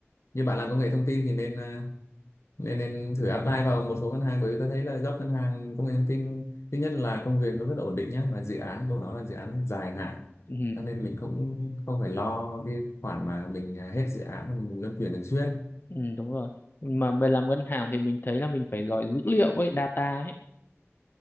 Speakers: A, on the left; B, on the left.
A: như bạn làm công nghệ thông tin thì nên ờ, nên nên thử apply vào một số ngân hàng bởi vì tôi thấy là job ngân hàng công nghệ thông tin thứ nhất là công việc nó rất là ổn định nhá mà dự án của nó là dự án dài hạn
B: ừ.
A: cho nên mình cũng không phải lo cái khoản mà mình à, hết dự án mình luân chuyển thường xuyên
B: Ừ, đúng rồi. Mà về làm ngân hàng thì mình thấy là mình phải giỏi dữ liệu ấy, data ấy.